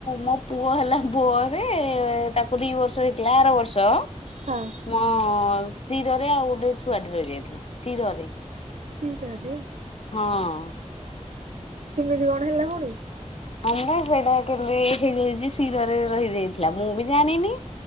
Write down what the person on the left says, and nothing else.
ମୋ ପୁଅ ହେଲା ପରେ ତାକୁ ତାକୁ ଦି ବର୍ଷ ହେଇଥିଲା ଆର ବର୍ଷ।
ମୋ ଶିରରେ ଆଉ ଗୋଟେ ଛୁଆ ଟେ ରହି ଯାଇଥିଲା ଶିରରେ।
ହଁ।
ହମୁଁ ସେଇଟା କେମତି ହେଇଯାଇଛି ଶିରରେ ରହିଯାଇଥିଲା ମୁଁ ବି ଜାଣିନି।